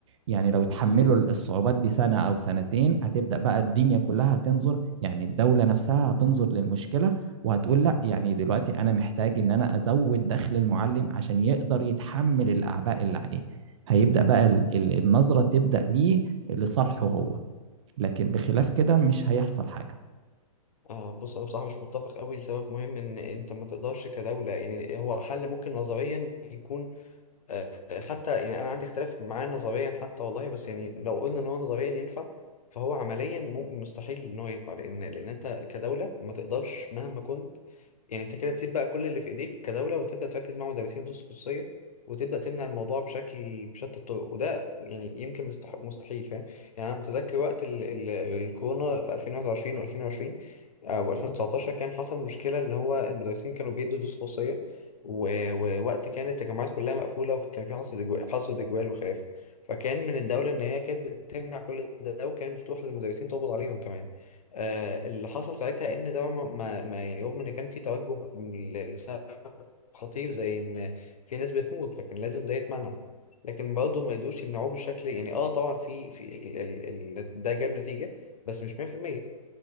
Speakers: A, on the right; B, on the left.
A: يعني لو تحملوا
B: مم.
A: الصعوبات دي سنة أو سنتين هتبدأ بقى الدنيا كلها هتنظر يعني الدولة نفسها هتنظر للمشكلة وهتقول لا يعني دلوقتي أنا محتاج إن أنا أزود دخل المعلم عشان يقدر يتحمل الأعباء اللي عليه هيبدأ بقى ال- ال- النظرة تبدأ ليه لصالحه هو لكن بخلاف كده مش هيحصل حاجة
B: آه بص انا بصراحه مش متفق قوي لسبب مهم ان انت ما تقدرش كدوله يعني هو حل ممكن نظريا يكون آه، حتى يعني انا عندي اختلاف معاه نظريا حتى والله بس يعني لو قلنا ان هو نظريا ينفع فهو عمليا ممكن مستحيل ان هو ينفع لان لان انت كدوله ما تقدرش مهما كنت يعني انت كده تسيب بقى كل اللي في ايديك كدوله وتبدا تركز مع مدرسين دروس خصوصيه وتبدا تمنع الموضوع بشكل بشتى الطرق وده يعني يمكن مستح- مستحيل فاهم يعني انا متذكر وقت ال ال الكورونا في 2021 و2020 و2019 كان حصل مشكله ان هو المدرسين كانوا بيدوا دروس خصوصيه و- ووقت كانت التجمعات كلها مقفولة وكان في حصر إجوال حصر إجوال وخلاف فكان من الدولة إن هي كانت بتمنع كل ده وكان بتروح للمدرسين تقبض عليهم كمان آه اللي حصل ساعتها إن ده ما, ما ما- يعني رغم إن كان في توجه ل- لسبب خطير زي إن في ناس بتموت فكان لازم ده يتمنع لكن برضه ما قدروش يمنعوه بالشكل يعني اه طبعا في في ال ال ال ده جاب نتيجة بس مش 100%